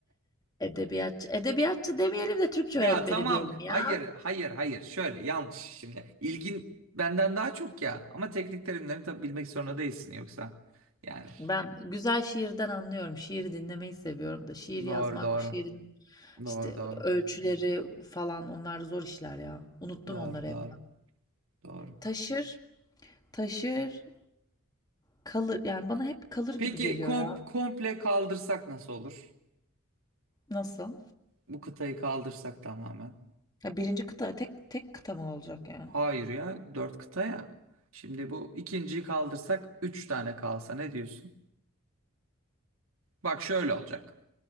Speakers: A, on the left; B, on the right.
A: Edebiyatçı, edebiyatçı demeyelim de Türkçe
B: Ya
A: öğretmeni
B: tamam
A: diyelim ya.
B: hayır hayır hayır şöyle yanlış şimdi ilgin benden daha çok ya ama teknik terimlerini tabii bilmek zorunda değilsin yoksa yani
A: Ben güzel şiirden anlıyorum. Şiiri dinlemeyi seviyorum da. Şiir yazmak,
B: doğru doğru
A: o şiirin
B: doğru
A: işte
B: doğru
A: ölçüleri falan onlar zor işler ya. Unuttum
B: doğru
A: onları
B: doğru
A: hep ben.
B: doğru.
A: Taşır, taşır, kalır. Yani bana hep kalır gibi
B: Peki
A: geliyor
B: kom-
A: ya.
B: komple kaldırsak nasıl olur?
A: Nasıl?
B: Bu kıtayı kaldırsak tamamen.
A: Ya birinci kıta tek tek kıta mı olacak yani?
B: Hayır ya dört kıta ya. Şimdi bu ikinciyi kaldırsak üç tane kalsa ne diyorsun? Bak şöyle olacak.